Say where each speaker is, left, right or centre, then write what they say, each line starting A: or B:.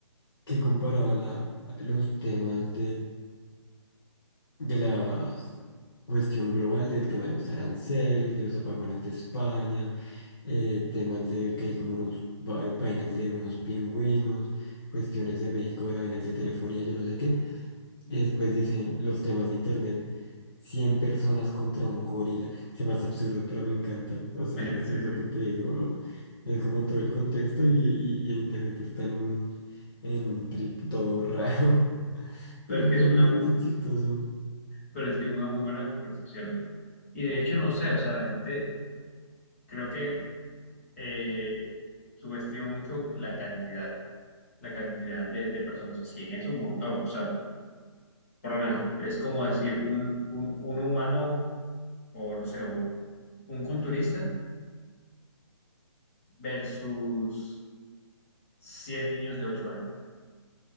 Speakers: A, on the left; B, on the left.
A: que comparaba la- los temas de la cuestión global del tema de los aranceles, de los apagones de España, eh, temas de que hay como unos vai- vainas de unos pingüinos, cuestiones de México, de vainas de telefonía, yo no sé qué. Y después dicen los temas de internet. cien personas contra un gorila. Se me hace absurdo, pero me encanta. O sea,
B: <laughs>
A: es,
B: Sí, sí.
A: es lo que te digo. Es como todo el contexto y, y, y en internet están en un, en un trip todo raro. <laughs> Pero,
B: Pero es que
A: pero
B: es una,
A: a mí se me hace chistoso.
B: pero es que es una muy buena conversación. Y de hecho, no sé, o sea, la gente creo que eh, subestima mucho la cantidad, la cantidad de, de personas, o sea, 100 es un montón, o sea, por lo menos es como decir un, un, un humano o no sé, un, un culturista versus 100 niños de 8 años.